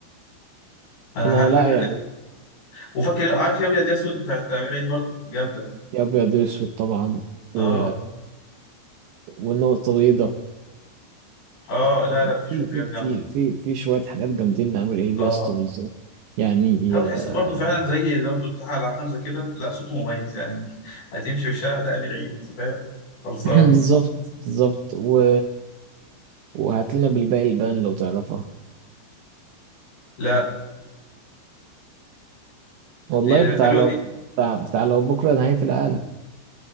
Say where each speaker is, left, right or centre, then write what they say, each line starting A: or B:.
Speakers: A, on the left (about 50°); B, on the right (about 75°).
A: انا
B: انا
A: فاكر
B: لا
A: الاسم
B: يعني
A: وفاكر عارف يا ابيض يا اسود بتاعت امير عيد برضو جامده
B: يا ابيض يا اسود طبعا
A: اه
B: و... والنقطه البيضاء
A: اه لا
B: لا،
A: لا في
B: في
A: شويه
B: في
A: حاجات
B: كتير
A: جامده
B: في في شويه حاجات جامدين نعمل ايه دي
A: اه
B: يا اسطى بالظبط يعني
A: لو تحس
B: آه،
A: برضو فعلا زي زي ما انت قلت على حمزه كده لا صوته مميز يعني <laughs> هتمشي في الشارع ده امير عيد فاهم خلصانه
B: <clears throat> بالظبط بالظبط و... وهات لنا بالباقي البان لو تعرفها
A: لا
B: والله
A: دي دي
B: بتاع
A: حلوه
B: لو
A: دي
B: بتاع, بتاع لو بكره نهايه العالم